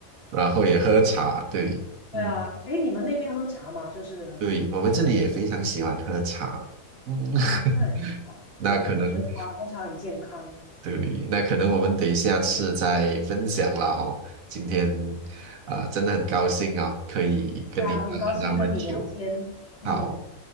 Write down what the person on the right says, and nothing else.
然后也喝茶，对嗯，
对，我们这里也非常喜欢喝茶。嗯，
<laughs>
那可能
对，那可能我们得下次再分享了哈。今天啊、真的很高兴啊、可以跟你谈了那么久。
好，